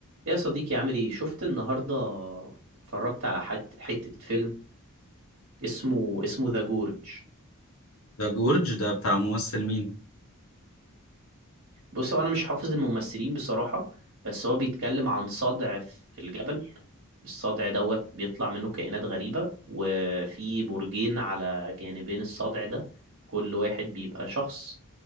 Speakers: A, on the right; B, on the left.
A: يا صديقي عامل ايه شفت النهارده اتفرجت على حت... حتة فيلم اسمه اسمه ذا جورج
B: ده جورج ده بتاع ممثل مين
A: بص هو انا مش حافظ الممثلين بصراحة بس هو بيتكلم عن صدع في الجبل الصدع دوت بيطلع منه كائنات غريبة وفي برجين على جانبين الصدع ده كل واحد بيبقى شخص